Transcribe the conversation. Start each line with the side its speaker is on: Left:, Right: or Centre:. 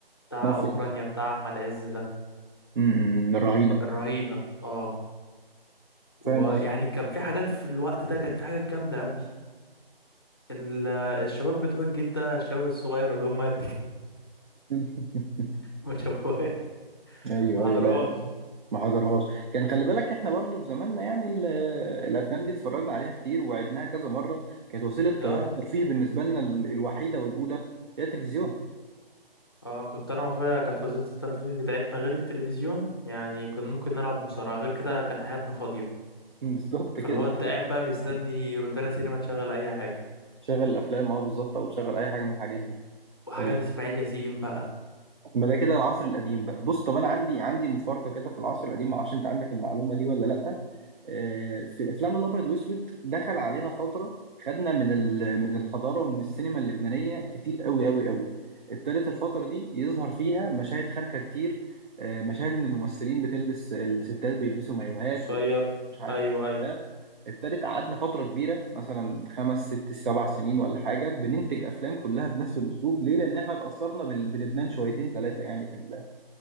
Left: بتاع
Right: مافيا
Left: اوكرانيا بتاع احمد عز ده
Right: امم الرهينه
Left: الرهينة اه
Right: فاهم
Left: ويعني
Right: قصدي
Left: كان في حاجات في الوقت ده كانت في حاجات جامدة قوي ال- الشباب بتوع الجيل ده الشباب الصغير اللي هم قد كده
Right: <laughs>
Left: <laughs> ما شافوهاش
Right: ايوه
Left: ما
Right: ايوه
Left: حضروهاش
Right: لا ما حضرهاش كان خلي بالك احنا برضو في زماننا يعني ال- الافلام دي اتفرجنا عليها كتير وعدناها كذا مره كانت وسيله ت-
Left: اه
Right: الترفيه بالنسبه لنا ال- الوحيده والاولى هي التلفزيون
Left: اه كنت انا واخويا كانت وسيله الترفيه بتاعتنا غير التلفزيون يعني كنا ممكن نلعب مصارعه غير كده كانت حياتنا فاضيه
Right: <laughs> بالظبط
Left: فاللي
Right: كده
Left: هو انت قاعد بقى مستني روتانا سينما تشغل اي حاجه
Right: تشغل الافلام اه بالظبط او تشغل اي حاجه من الحاجات دي
Left: وحاجات
Right: آه،
Left: اسماعيل ياسين بقى
Right: ما ده كده العصر القديم بقى بص طب انا عندي عندي مفارقه كده في العصر القديم ما اعرفش انت عندك المعلومه دي ولا لا آه، في افلام الابيض واسود دخل علينا فتره خدنا من ال- من الحضاره ومن السينما اللبنانيه كتير قوي قوي قوي ابتدت الفتره دي يظهر فيها مشاهد خارجه كتير آه، مشاهد ان الممثلين بتلبس الستات بيلبسوا مايوهات
Left: قصير
Right: ومش عارف
Left: ايوه
Right: ايه
Left: ايوه
Right: ده ابتدت قعدنا فتره كبيره مثلا خمس ست سبع سنين ولا حاجه بننتج افلام كلها بنفس الاسلوب ليه لان احنا اتاثرنا بال- بلبنان شويتين ثلاثه يعني في ال